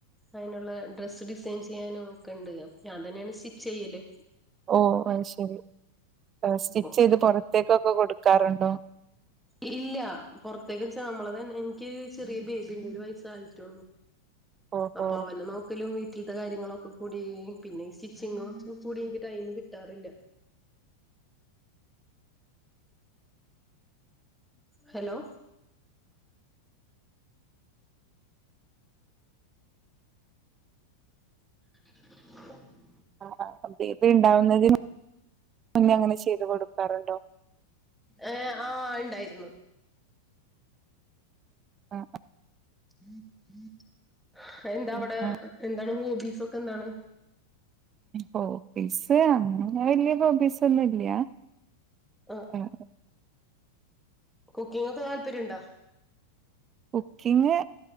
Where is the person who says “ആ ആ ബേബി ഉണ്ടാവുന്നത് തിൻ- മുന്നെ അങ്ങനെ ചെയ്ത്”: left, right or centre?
Right